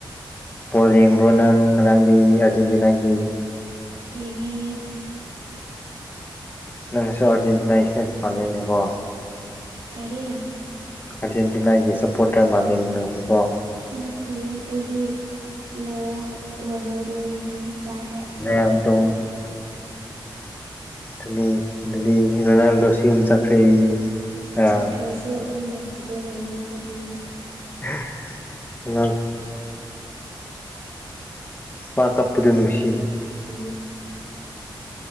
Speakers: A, on the left; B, on the right.
A: ꯄꯣꯜ ꯌꯦꯡꯕ꯭ꯔꯣ ꯅꯪ ꯅꯪꯗꯤ ꯑꯥꯔꯖꯦꯟꯇꯤꯅꯥꯒꯤ
B: ꯌꯦꯉ
A: ꯅꯪꯁꯨ ꯑꯔꯖꯦꯟꯇꯤꯅꯥ ꯏꯐꯦꯟꯁ ꯄꯥꯟꯂꯤꯦꯅꯦꯀꯣ
B: ꯀꯔꯤ꯫
A: ꯑꯔꯖꯦꯟꯇꯤꯅꯥꯒꯤ ꯁꯄꯣꯔꯇꯔ ꯃꯥꯜꯂꯤ ꯅꯪꯁꯨꯀꯣ꯫
B: ꯅꯠꯇꯦ ꯑꯩꯗꯤ ꯂꯣꯋꯦꯜ ꯔꯣꯅꯦꯜꯗꯣꯒꯤꯅꯤ ꯗꯥꯏ ꯍꯥꯊ ꯐꯥꯟ
A: ꯔꯣꯅꯥꯜꯗꯣ
B: ꯑ
A: ꯑꯗꯨꯗꯤ ꯑꯗꯨꯗꯤ ꯔꯣꯅꯥꯜꯗꯣꯁꯤ ꯑꯃꯨꯝ ꯆꯠꯈ꯭ꯔꯦ ꯉꯔꯥꯡ
B: ꯆꯠꯈ꯭ꯔꯁꯨ ꯑꯗꯨꯝ ꯔꯣꯅꯦꯜꯗꯣ ꯂꯩꯌꯦ ꯑꯩꯒꯤꯗꯤ
A: <unintelligible> ꯃꯥ ꯀꯞꯄꯗ ꯅꯨꯡꯁꯤꯅꯤ
B: ꯎꯝ